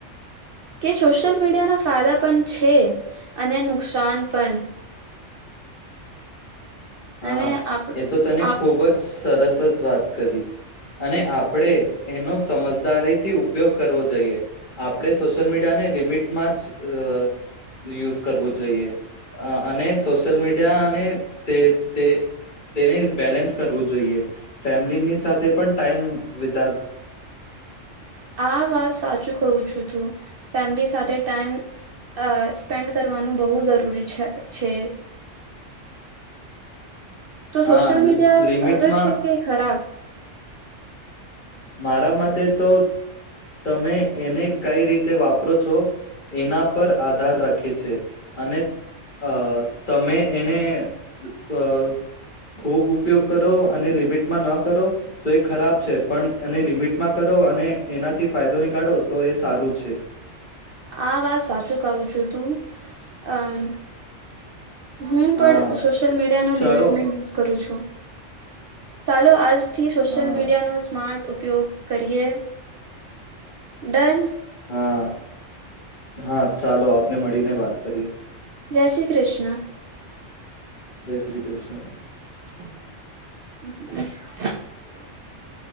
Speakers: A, on the right; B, on the left.
A: કે સોશિયલ મીડિયાના ફાયદા પણ છે. અને નુકસાન પણ
B: હા
A: અને આપ
B: એ તો તને
A: આપ
B: ખુબ જ તરસ જ વાત કરી અને આપણે એનો સમજદારીથી ઉપયોગ કરવો જોઈએ આપણે સોશિયલ મીડિયાને લિમિટમાં જ અ યુઝ કરવું જોઈએ અ અને સોશિયલ મીડિયા ને તે તે તેને બેલેન્સ કરવું જોઈએ ફેમિલીની સાથે પણ ટાઈમ વી
A: આ વાત સાચું કવું છું તું ફેમિલી સાથે ટાઈમ અ સ્પેન્ડ કરવાનું બહુ જરૂરી છે. તો
B: હા
A: સોશિયલ મીડિયા
B: લિમિટમાં
A: સારો છે કે ખરાબ?
B: મારા મતે તો તમે એને કઈ રીતે વાપરો છો એના પર આધાર રાખે છે. અને અ તમે એને ક ખૂબ ઉપયોગ કરો અને લિમિટમાં ન કરો તો એ ખરાબ છે. પણ એને લિમિટમાં કરો અને એનાથી ફાયદો નીકાળો તો એ સારું છે.
A: આ વાત સાચું કહું છું તું અમ્મ હું
B: હા
A: પણ સોશિયલ મીડિયાનો
B: ચાલો
A: લિમિટ મે યુઝ કરું છું. ચાલો આજ થી સોશિયલ
B: હા
A: મીડિયા નો સ્માર્ટ ઉપયોગ કરીએ ડન.
B: હા હા ચાલો આપને મળીને વાત કરીએ.
A: જય શ્રી કૃષ્ણ.
B: જય શ્રી કૃષ્ણ.
A: <inaudible>